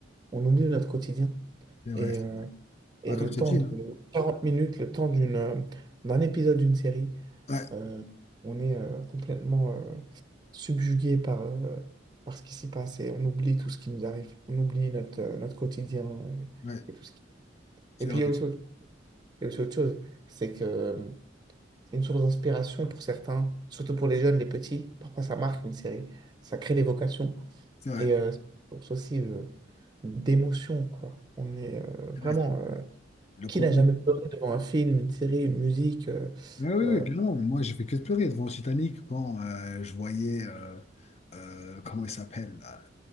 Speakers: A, on the right; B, on the left.
A: On oublie notre quotidien.
B: c'est vrai,
A: Et,
B: c'est
A: euh,
B: vrai.
A: et
B: Ah, comme
A: le
B: je t'ai
A: temps
B: dit,
A: de
B: hein.
A: 40 minutes, le temps d'une, euh, d'un épisode d'une série,
B: Ouais,
A: euh, on est euh, complètement euh, subjugué par, euh, par ce qui s'y passe et on oublie tout ce qui nous arrive. On oublie notre, euh, notre quotidien et,
B: ouais,
A: et tout ce qui...
B: c'est
A: Et puis
B: vrai,
A: il y a aussi autre Et c'est autre chose, c'est que euh, c'est une source d'inspiration pour certains, surtout pour les jeunes, les petits. Parfois, ça marque une série, ça crée des vocations
B: c'est vrai.
A: et euh, c'est une source aussi euh, d'émotion, quoi. On est euh, vraiment.
B: c'est vrai.
A: euh,
B: Le
A: qui
B: Covid,
A: n'a jamais pleuré devant un film, une série, une musique euh,
B: Ah oui,
A: euh,
B: oui, clairement. Moi, j'ai fait que de pleurer devant Titanic quand euh, je voyais, euh, euh, comment il s'appelle, là,